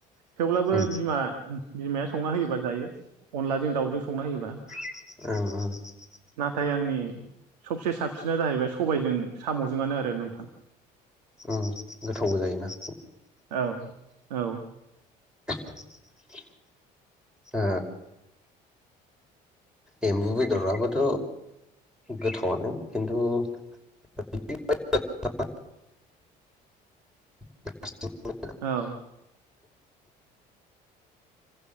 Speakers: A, on the right (about 90°); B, in the centre.
A: थेवब्लाबो
B: उम
A: बिमा बिमाया संना होयोबा जायो अनलाजों दाउजों संना होयोबा।
B: औ औ।
A: नाथाय आंनि सबसे साबसिना जाहैबाय सबायजों साम'जोंआनो आरो नोंथां।
B: उम गोथावबो जायोना।
A: औ औ
B: <inaudible> ओ एम्बु बेदराबोथ' गोथावनो खिन्थु <unintelligible> <unintelligible>
A: औ